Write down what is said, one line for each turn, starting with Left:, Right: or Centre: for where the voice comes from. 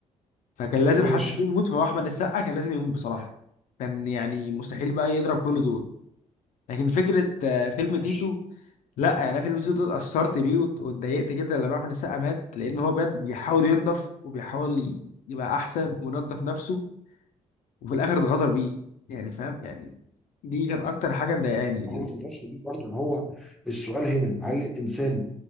Left: فكان لازم
Centre: ماشي
Left: حد فيهم يموت فهو احمد السقا كان لازم يموت بصراحه كان يعني مستحيل بقى يضرب كل دول لكن فكره آه، فيلم
Centre: ماشي
Left: تيتو لا يعني أنا فيلم تيتو ده اتأثرت بيه وات- واتضايقت جدا لما احمد السقا مات لان هو بجد بيحاول ينضف وبيحاول ي- يبقى احسن وينضف نفسه وفي الاخر اتغدر بيه يعني فاهم يعني دي كانت اكتر حاجه مضايقاني
Centre: ما هو ما تقدرش تقول برضه ان هو السؤال هنا هل الانسان